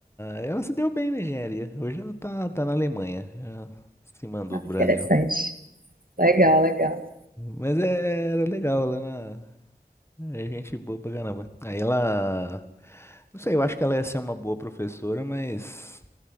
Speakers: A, on the left (about 15°); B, on the right (about 60°).
A: ela se deu bem na engenharia. Hoje ela tá, tá na Alemanha. Ela se mandou
B: Ah,
A: do
B: Interessante.
A: Brasil.
B: Legal, legal.
A: Mas é- era legal lá na. É gente boa pra caramba. Aí ela. Não sei, eu acho que ela ia ser uma boa professora, mas